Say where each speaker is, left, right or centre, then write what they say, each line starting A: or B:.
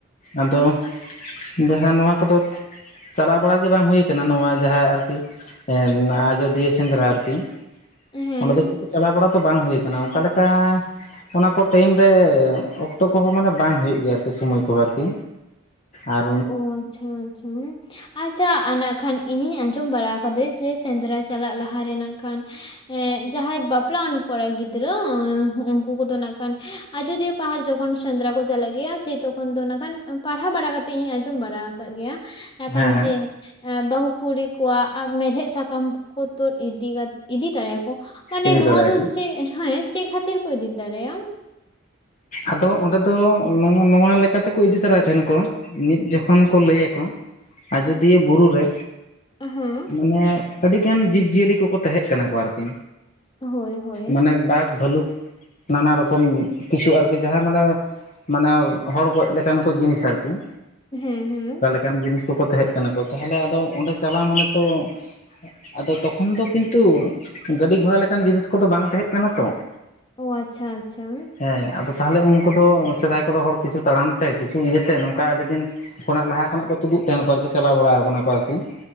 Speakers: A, on the left (about 40°); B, on the left (about 25°).
A: ᱟᱫᱚ ᱡᱟᱦᱟ ᱱᱚᱣᱟ ᱠᱚᱫᱚ ᱪᱟᱞᱟᱣ ᱵᱟᱲᱟ ᱜᱮ ᱵᱟᱝ ᱦᱩᱭ ᱠᱟᱱᱟ ᱱᱚᱣᱟ ᱡᱟᱦᱟᱸ ᱟᱨᱠᱤ ᱦᱮᱸ ᱚᱱᱟ ᱟᱡᱚᱫᱤᱭᱟᱹ ᱥᱮᱸᱫᱽᱨᱟ ᱟᱨᱠᱤ,
B: ᱦᱮᱸ
A: ᱚᱸᱰᱮ ᱫᱚ ᱪᱟᱞᱟᱣ ᱵᱟᱲᱟ ᱛᱚ ᱵᱟᱝ ᱦᱩᱭ ᱟᱠᱟᱱᱟ ᱚᱱᱠᱟ ᱞᱮᱠᱟ ᱚᱱᱟ ᱠᱚ ᱴᱟᱭᱤᱢ ᱨᱮ ᱚᱠᱛᱚ ᱠᱚᱦᱚᱸ ᱢᱟᱱᱮ ᱵᱟᱝ ᱦᱩᱭᱩᱜ ᱜᱮᱭᱟ ᱟᱨᱠᱤ ᱥᱚᱢᱚᱭ ᱠᱚ ᱟᱨᱠᱤ ᱟᱨ
B: ᱚ ᱟᱪᱪᱷᱟ ᱟᱪᱪᱷᱟ ᱦᱮᱸ ᱟᱪᱪᱷᱟ ᱤᱱᱟᱹ ᱠᱷᱟᱱ ᱤᱧᱤᱧ ᱟᱸᱡᱚᱢ ᱵᱟᱲᱟ ᱠᱟᱫᱟ ᱡᱮ ᱥᱮᱸᱫᱽᱨᱟ ᱪᱟᱞᱟᱜ ᱞᱟᱦᱟ ᱨᱮ ᱱᱟᱜ ᱠᱷᱟᱱ ᱮᱸ ᱡᱟᱦᱟᱸᱭ ᱵᱟᱯᱞᱟᱣᱟᱱ ᱠᱚᱲᱟ ᱜᱤᱫᱽᱨᱟᱹ ᱩᱱᱠᱩ ᱠᱚᱫᱚ ᱱᱟᱜ ᱠᱷᱟᱱ ᱟᱡᱚᱫᱤᱭᱟᱹ ᱯᱟᱦᱟᱲ ᱡᱚᱠᱷᱚᱱ ᱥᱮᱸᱫᱽᱨᱟ ᱠᱚ ᱪᱟᱞᱟᱜ ᱜᱮᱭᱟ ᱥᱮ ᱛᱚᱠᱷᱚᱱ ᱫᱚ ᱠᱷᱟᱱ ᱯᱟᱲᱦᱟᱣ ᱵᱟᱲᱟ ᱠᱟᱛᱮᱫ ᱤᱧ ᱟᱸᱡᱚᱢ ᱵᱟᱲᱟ ᱟᱠᱟᱫ ᱜᱮᱭᱟ ᱮᱠᱷᱟᱱ
A: ᱦᱮᱸ ᱦᱮᱸ
B: ᱡᱮ ᱵᱟᱹᱦᱩ ᱠᱩᱲᱤ ᱠᱚᱣᱟᱜ ᱢᱮᱲᱦᱮᱫ ᱥᱟᱠᱚᱢ ᱠᱚ ᱛᱩᱫ ᱤᱫᱤ ᱤᱫᱤ ᱛᱟᱨᱟᱭᱟᱠᱚ ᱢᱟᱱᱮ
A: ᱤᱫᱤ
B: ᱱᱚᱣᱟ
A: ᱛᱚᱨᱟᱭᱟᱠᱚ
B: ᱫᱚ ᱪᱮᱫ ᱦᱮᱸ ᱪᱮᱫ ᱠᱷᱟᱹᱛᱤᱨ ᱠᱚ ᱤᱫᱤ ᱛᱟᱨᱟᱭᱟ?
A: ᱟᱫᱚ ᱚᱸᱰᱮ ᱫᱚ ᱱᱚᱣᱟ ᱞᱮᱠᱟ ᱛᱮᱠᱚ ᱤᱫᱤ ᱛᱚᱨᱟᱭ ᱛᱟᱦᱮᱱ ᱠᱚ ᱢᱤᱫ ᱡᱚᱠᱷᱚᱱ ᱠᱚ ᱞᱟᱹᱭ ᱟᱠᱚ ᱟᱡᱚᱫᱤᱭᱟᱹ ᱵᱩᱨᱩ ᱨᱮ
B: ᱦᱮᱸ
A: ᱢᱟᱱᱮ ᱟᱹᱰᱤᱜᱟᱱ ᱡᱤᱵᱽ ᱡᱤᱭᱟᱹᱞᱤ ᱠᱚᱠᱚ ᱛᱟᱦᱮᱸᱜ ᱠᱟᱱᱟ ᱠᱚ ᱟᱨᱠᱤ
B: ᱦᱳᱭ ᱦᱳᱭ
A: ᱢᱟᱱᱮ ᱵᱟᱜᱽ ᱵᱷᱟᱹᱞᱩᱠ ᱱᱟᱱᱟ ᱨᱚᱠᱚᱢ ᱠᱤᱪᱷᱩ ᱟᱨ ᱼᱼ ᱡᱟᱦᱟᱸᱭ ᱢᱟᱱᱮ ᱢᱟᱱᱮ ᱦᱚᱲ ᱜᱚᱡ ᱞᱮᱠᱟᱱ ᱠᱚ ᱡᱤᱱᱤᱥ ᱟᱨᱠᱤ ᱾
B: ᱦᱮᱸ ᱦᱮᱸ ᱾
A: ᱠᱟᱱ ᱡᱤᱱᱤᱥ ᱠᱚᱠᱚ ᱛᱟᱦᱮᱸ ᱠᱟᱱᱟ ᱠᱚ ᱛᱟᱦᱞᱮ ᱟᱫᱚ ᱚᱸᱰᱮ ᱪᱟᱞᱟᱣ ᱢᱟᱱᱮ ᱛᱚ ᱼᱼ ᱟᱫᱚ ᱛᱚᱠᱷᱚᱱ ᱫᱚ ᱠᱤᱱᱛᱩ ᱜᱟᱹᱰᱤ ᱜᱷᱚᱲᱟ ᱞᱮᱠᱟᱱ ᱡᱤᱱᱤᱥ ᱠᱚᱫᱚ ᱵᱟᱝ ᱛᱟᱦᱮᱸ ᱠᱟᱱᱟ ᱛᱚ ᱾
B: ᱚ ᱟᱪᱪᱷᱟ ᱟᱪᱪᱷᱟ ᱦᱮᱸ
A: ᱦᱮᱸ ᱟᱫᱚ ᱛᱟᱞᱦᱮ ᱩᱱᱠᱩ ᱫᱚ ᱥᱮᱫᱟᱭ ᱠᱚᱫᱚ ᱦᱚᱲ ᱠᱤᱪᱷᱩ ᱛᱟᱲᱟᱢ ᱛᱮ ᱠᱤᱪᱷᱩ ᱤᱭᱟᱹᱛᱮ ᱱᱚᱝᱠᱟ ᱟᱹᱰᱤ ᱫᱤᱱ ᱼᱼ ᱠᱷᱚᱱᱟᱜ ᱞᱟᱦᱟ ᱠᱷᱚᱱᱟᱜ ᱠᱚ ᱛᱩᱫᱩᱜ ᱛᱟᱦᱮᱱ ᱠᱚ ᱟᱨᱠᱤ ᱪᱟᱞᱟᱣ ᱵᱟᱲᱟ ᱠᱟᱱᱟ ᱠᱚ ᱟᱨᱠᱤ ᱾